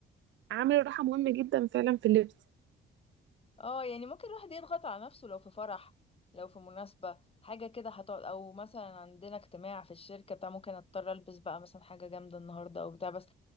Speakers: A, on the right; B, on the left.
A: عامل الراحه مهم جدا فعلا في اللبس
B: اه يعني ممكن الواحد يضغط على نفسه لو في فرح لو في مناسبة حاجة كده هتقعد او مثلا عندنا اجتماع في الشركة بتاع ممكن اضطر البس بقى مثلا حاجة جامدة النهاردة او بتاع بس